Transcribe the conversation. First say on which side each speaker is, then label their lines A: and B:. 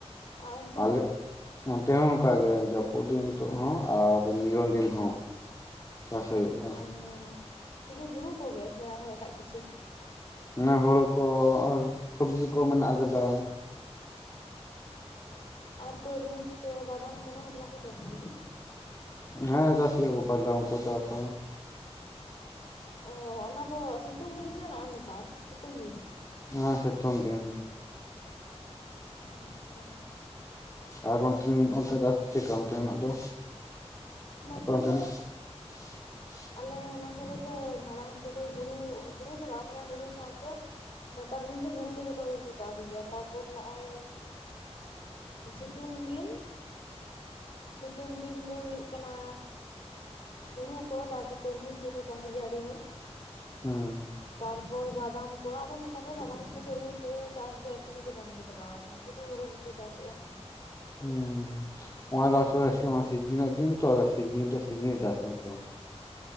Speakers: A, on the left; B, on the left.
A: ᱟᱨ ᱚᱱᱛᱮ
B: ᱟᱞᱮ
A: ᱫᱚ
B: ᱚᱱᱛᱮ ᱦᱚᱸ ᱱᱚᱝᱠᱟ ᱜᱮ ᱡᱟᱹᱯᱩᱫ ᱫᱤᱱ ᱱᱤᱛᱚᱜ ᱦᱚᱸ ᱟᱨ ᱱᱤᱨᱚᱱ ᱫᱤᱱ ᱦᱚᱸ᱾ ᱪᱟᱥ ᱦᱩᱭᱩᱜ ᱜᱮᱭᱟ
A: ᱚᱻ ᱥᱩᱫᱩ ᱦᱩᱲᱩ ᱠᱚᱜᱮ ᱥᱮ ᱟᱨᱦᱚᱸ ᱮᱴᱟᱜ ᱠᱤᱪᱷᱩ᱾
B: ᱦᱮᱸ ᱦᱳᱲᱳ ᱠᱚ ᱟᱨ ᱥᱚᱵᱡᱤ ᱠᱚ ᱢᱮᱱᱟᱜ ᱟᱠᱟᱫᱟ᱾
A: ᱟᱨ ᱛᱚᱨᱢᱩᱡᱽ ᱠᱚ ᱵᱟᱫᱟᱢ ᱠᱚ ᱚᱱᱟ ᱠᱚᱫᱚ ᱵᱟᱠᱚ ᱪᱟᱥ ᱜᱮᱭᱟ᱾
B: ᱦᱮᱸ ᱪᱟᱥ ᱜᱮᱭᱟ ᱠᱚ ᱵᱟᱫᱟᱢ ᱠᱚ ᱪᱟᱥᱟ᱾
A: ᱚ ᱚᱱᱟ ᱫᱚ ᱥᱤᱛᱩᱝ ᱫᱤᱱ ᱥᱮ ᱱᱚᱜᱼᱚᱭ ᱱᱮᱛᱟᱨ ᱥᱤᱛᱩᱝ ᱫᱤᱱ᱾
B: ᱦᱮᱸ ᱥᱮᱛᱩᱝ ᱫᱤᱱ᱾
A: ᱟᱪᱪᱷᱟ᱾
B: ᱟᱨ ᱚᱱᱛᱮᱱ, ᱚᱱᱛᱮ ᱪᱟᱥ ᱪᱮᱜᱠᱟ ᱚᱱᱛᱮᱱᱟᱜ ᱫᱚ᱾
A: ᱱᱚᱛᱮ
B: ᱟᱯᱮ
A: ᱫᱚᱻ
B: ᱚᱱᱛᱮᱱᱟᱜ <inaudible>
A: ᱟᱞᱮ ᱚᱱᱟ ᱠᱚᱨᱮ ᱫᱚ ᱢᱟᱲᱟᱝ ᱛᱮᱫᱚ ᱦᱩᱲᱩ, ᱦᱩᱲᱩ ᱫᱚ ᱵᱟᱝ ᱢᱟᱱᱮ ᱦᱩᱲᱩ ᱥᱟᱶᱛᱮ᱾ ᱱᱮᱛᱟᱨ ᱫᱤᱱ ᱫᱚ ᱦᱩᱲᱩ ᱜᱮ ᱡᱚᱛᱚ ᱦᱚᱲ ᱜᱮᱠᱚ ᱪᱟᱥ ᱜᱮᱭᱟ, ᱛᱟᱨᱯᱚᱨ ᱱᱚᱜᱼᱚᱭ, ᱥᱤᱛᱩᱝ ᱫᱤᱱ, ᱥᱤᱛᱩᱝ ᱫᱤᱱ ᱫᱚ ᱦᱩᱭᱩᱜ ᱠᱟᱱᱟ ᱦᱩᱲᱩ ᱠᱚ ᱛᱟᱨᱯᱚᱨ ᱛᱚᱨᱢᱩᱡᱽ ᱠᱚᱠᱚ ᱪᱟᱥ ᱜᱮᱭᱟ ᱟᱹᱰᱤ ᱦᱚᱲ᱾
B: ᱦᱮᱸ᱾
A: ᱛᱟᱨᱯᱚᱨ ᱵᱟᱫᱟᱢ ᱠᱚ ᱟᱫᱚ ᱱᱮᱛᱟᱨ ᱫᱚ ᱵᱟᱫᱟᱢ ᱠᱚ ᱥᱩᱨᱢᱩᱡᱽ ᱠᱚᱫᱚ ᱪᱟᱥ ᱫᱚ ᱮᱠᱫᱚᱢ ᱜᱮ ᱵᱚᱱᱫᱚ ᱪᱟᱵᱟ ᱟᱠᱟᱱᱟ᱾ ᱥᱩᱫᱩ ᱦᱩᱲᱩ ᱜᱮᱠᱚ ᱪᱟᱥᱮᱜᱼᱟ᱾
B: ᱦᱩᱸ ᱚᱱᱟ ᱥᱤᱡᱤᱱ ᱨᱮᱱᱟᱜ ᱫᱤᱱ ᱛᱚ ᱥᱮᱤᱡᱤᱱ ᱨᱮ ᱥᱤᱡᱤᱱ ᱪᱟᱥ ᱛᱚ <unintelligible>